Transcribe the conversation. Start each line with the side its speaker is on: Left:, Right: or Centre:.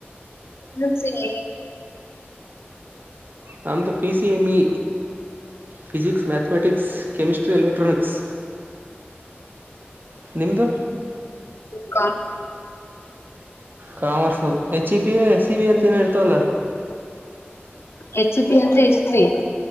Left: ಹ ಸರಿ
Right: ನಮ್ಮದು P C M E physics mathematics chemistry electronics ನಿಮ್ದು
Left: ಕ
Right: commerce H C B S C B ಅಂತ ಏನ ಇರ್ತಲ್ಲ
Left: ಎಚ್ತಿ ಅಂದ್ರೆ ಎಷ್ಟೀ